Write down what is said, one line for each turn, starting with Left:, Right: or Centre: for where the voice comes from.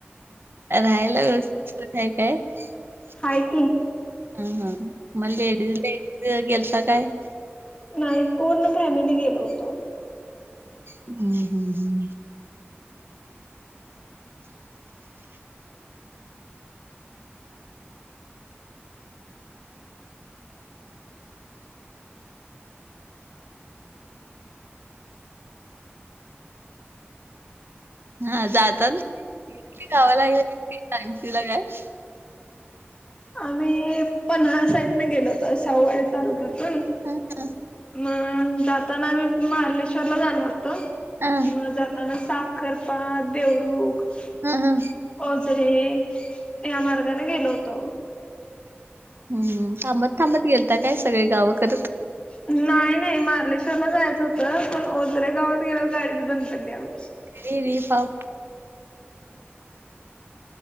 Right: राहायला व्यवस्थितय सोय हाय काय?
Left: हाय की
Right: ह हा मग लेडीज जेंट्स गेलता काय?
Left: नाही, पूर्ण फॅमिली गेलो होतो
Right: हुं.. हुं हुं हा <unintelligible> तिला काय
Left: आम्ही पन्हाळा साईडने गेलो होतो.... शाहूवाडी तालुक्यातून
Right: हा हा
Left: मग जाताना आम्ही महालेश्वरला जाणार होतो,
Right: हा
Left: मग जाताना साखर <unintelligible>
Right: हा,
Left: <unintelligible>
Right: हा.
Left: त्या मार्गाने गेलो होतो
Right: हम्म थांबत थांबत गेलता काय सगळे गावं करत?
Left: नाई नाई, मारलेश्वरला जायचं होतं... पण ओझरे गावात गेल्यावर गाडीच बंद पडली आमची
Right: <unintelligible>